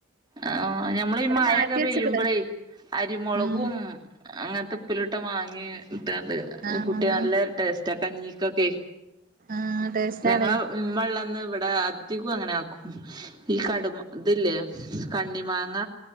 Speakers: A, on the right (about 20°); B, on the right (about 45°).
A: ആഹ് ഞമ്മള് ഈ മഴയൊക്കെ
B: മാറ്റി
A: പെയ്യുമ്പളേ
B: വെച്ച്ക്ക്ണ്
A: അരി മൊളകും
B: ഉം
A: അങ്ങത്തെ ഉപ്പിലിട്ട മാങ്ങിം ഇട്ടാണ്ട്
B: ആഹ്
A: കൂട്ടിയ നല്ല ടേസ്റ്റ കഞ്ഞീക്കൊക്കെ
B: ആഹ് ടേസ്റ്റാണ്
A: ഞങ്ങളെ ഇമ്മള്ളന്ന് ഇവിടെ അധി അധികും അങ്ങനാക്കും ഈ കടുമ ഇതില്ലേ? കണ്ണി മാങ്ങ?